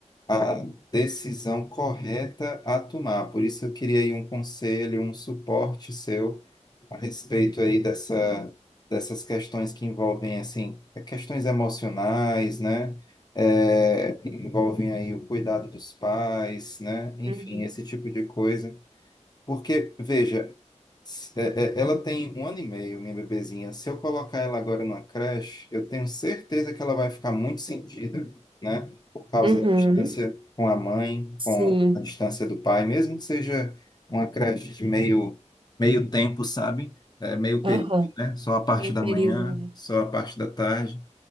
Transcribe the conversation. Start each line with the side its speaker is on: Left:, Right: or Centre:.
Left: a decisão correta a tomar. Por isso eu queria aí um conselho, um suporte seu a respeito aí dessa, dessas questões que envolvem, assim, é questões emocionais, né? É, envolvem aí o cuidado dos pais, né? Enfim,
Right: Uhum.
Left: esse tipo de coisa. Porque, veja, é, é, Ela tem um ano e meio, minha bebezinha. Se eu colocar ela agora numa creche, eu tenho certeza que ela vai ficar muito sentida, né? Por causa
Right: Uhum.
Left: da distância com a mãe,
Right: Sim.
Left: com a distância do pai, mesmo que seja uma creche de meio, meio tempo, sabe? É, meio período,
Right: Aham.
Left: né? Só a parte
Right: Meio
Left: da
Right: período,
Left: manhã,
Right: né?
Left: só a parte da tarde.